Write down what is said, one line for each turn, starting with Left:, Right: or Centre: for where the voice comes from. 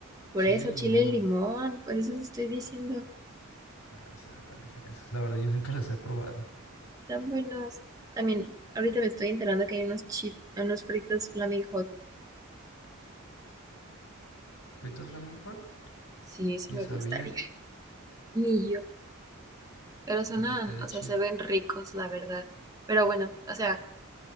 Right: Por
Left: Chile
Right: eso,
Left: y limón.
Right: chile y limón, pues eso sí estoy diciendo.
Left: Ay, sabe cuáles son esos. La verdad, yo nunca los he probado.
Right: Están buenos. También, ahorita me estoy enterando que hay unos chi- unos fritos Flaming Hot.
Left: ¿Fritos Flaming Hot?
Right: Sí,
Left: Mm,
Right: eso
Left: Ni
Right: me
Left: sabía,
Right: gustaría. Ni yo. Pero sonan,
Left: pues estaría
Right: o
Left: chido.
Right: sea, se ven ricos, la verdad. Pero bueno, o sea,